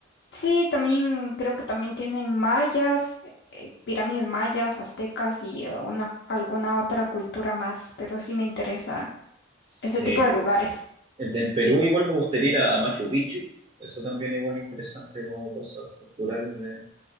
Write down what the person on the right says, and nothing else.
Sí.
En, en Perú igual me gustaría ir a, a Machu Picchu. Eso también igual interesante como cosas culturales de,